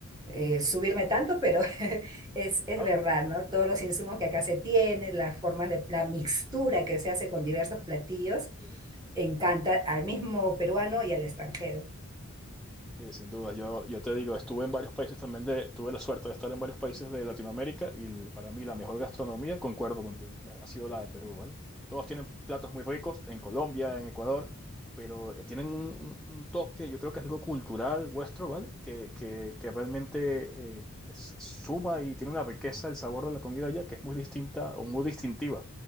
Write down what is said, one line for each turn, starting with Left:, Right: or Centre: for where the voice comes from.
Right: eh, subirme tanto, pero <laughs> es, es
Centre: No,
Right: verdad,
Centre: eh,
Right: ¿no? Todos los insumos que acá se tienen, las formas de, la mixtura que se hace con diversos platillos,
Centre: sí,
Right: encanta al mismo peruano y al extranjero.
Centre: sí, sin duda. Yo, yo te digo, estuve en varios países también de, tuve la suerte de estar en varios países de Latinoamérica y l- para mí la mejor gastronomía, concuerdo contigo, eh, ha sido la de Perú, ¿vale? Todos tienen platos muy ricos en Colombia, en Ecuador, pero eh, tienen un, un- un toque, yo creo que es algo cultural vuestro, ¿vale? Que, que, que realmente eh, es- suma y tiene una riqueza el sabor de la comida allá que es muy distinta o muy distintiva